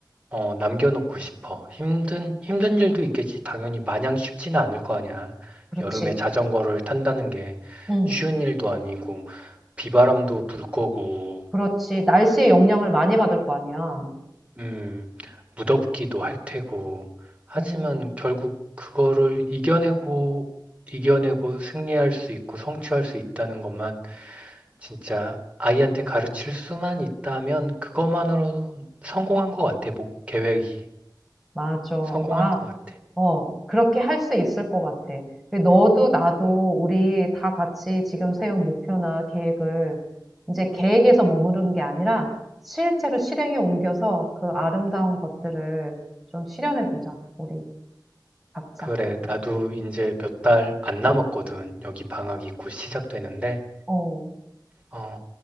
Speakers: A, on the right (about 15°); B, in the centre.
A: 어, 남겨놓고 싶어. 힘든, 힘든 일도 있겠지. 당연히 마냥 쉽지는 않을 거 아니야.
B: 그렇지.
A: 여름에 자전거를 탄다는 게
B: 응.
A: 쉬운 일도 아니고, 비바람도 불 거고,
B: 그렇지. 날씨의 영향을 많이 받을 거 아니야.
A: 음, 무덥기도 할 테고. 하지만
B: 음.
A: 결국 그거를 이겨내고, 이겨내고 승리할 수 있고 성취할 수 있다는 것만 진짜 아이한테 가르칠 수만 있다면 그것만으로 성공한 것 같아. 목, 계획이.
B: 맞아.
A: 성공할
B: 아,
A: 것 같아.
B: 어, 그렇게 할 수 있을 것 같아. 너도 나도 우리 다 같이 지금 세운 목표나 계획을 이제 계획에서 머무르는 게 아니라 실제로 실행에 옮겨서 그 아름다운 것들을 좀 실현해 보자. 우리 각자.
A: 그래, 나도 이제 몇 달 안 남았거든. 여기 방학이 곧 시작되는데,
B: 어,
A: 어,